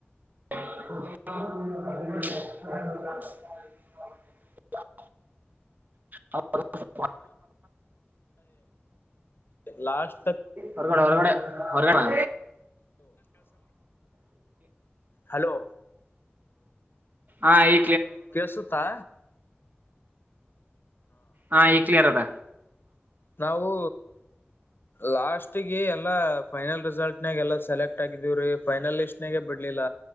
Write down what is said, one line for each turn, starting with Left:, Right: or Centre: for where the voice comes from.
Right: <inaudible> ಹೌ
Left: ಲಾಸ್ಟ್ ತ
Right: ಹೊರಗಡೆ ಹೊರಗಡೆ ಹೊರಗಡೆ
Left: ಹಲೋ
Right: ಹಾ ಈ
Left: ಕೆಸುುತ್ತಾ
Right: ಹಾ ಈ ಕ್ಲಿಯರ್ ಅದ
Left: ನಾವು ಲಾಸ್ಟ್ಗೆ ಎಲ್ಲಾ ಫೈನಲ್ ರಿಸಲ್ಟ್ ನಾಗ ಎಲ್ಲ ಸೆಲೆಕ್ಟ್ ಆಗಿದೀವ್ರೀ ಫೈನಲ್ ಎಸ್ಟ್ಾಗೇ ಬಿಡ್ಲಿಲ್ಲ